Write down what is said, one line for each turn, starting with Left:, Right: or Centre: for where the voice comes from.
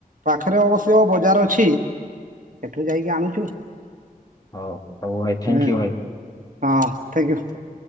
Right: ପାଖରେ ଅବଶ୍ୟ ବଜାର ଅଛି ସେଠୁ ଯାଇକି ଆଣୁଛୁ।
Left: ହଉ ହଉ ଭାଇ ଥ୍ୟାଙ୍କ
Right: ହୁଁ
Left: ୟୁ
Right: ହଁ ଠିକ୍।
Left: ଭାଇ।